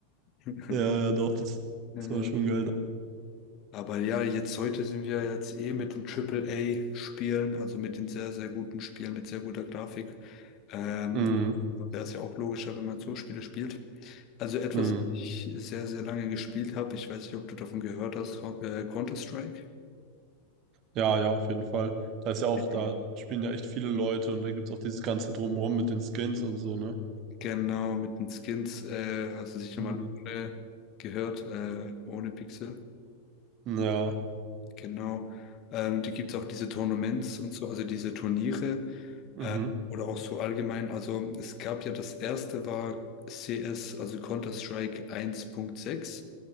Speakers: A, on the left (about 35°); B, on the right (about 35°).
A: <laughs>
B: Ja, ja, doch, das,
A: Äh,
B: das war schon geil.
A: Aber ja, jetzt heute sind wir jetzt eh mit den Triple A spielen also mit den sehr, sehr guten Spielen mit sehr guter Grafik. Ähm,
B: Mhm.
A: wäre es ja auch logischer, wenn man so Spiele spielt. Also etwas,
B: Mhm.
A: was ich sehr, sehr lange gespielt habe, ich weiß nicht, ob du davon gehört hast, Ho- äh, Counter-Strike.
B: Ja, ja, auf jeden Fall. Da ist ja auch,
A: Nee.
B: da spielen ja echt viele Leute und da gibt es auch dieses ganze Drumherum mit den Skins und so, ne?
A: Genau, mit den Skins, äh, hast du sicher
B: Mm.
A: mal ohne gehört, äh, ohne Pixel.
B: Ja.
A: Genau. Ähm, die gibt es auch diese Tournaments und so, also diese Turniere.
B: Mhm.
A: Äh, oder auch so allgemein. Also es gab ja das erste war CS, also Counter-Strike eins Punkt sechs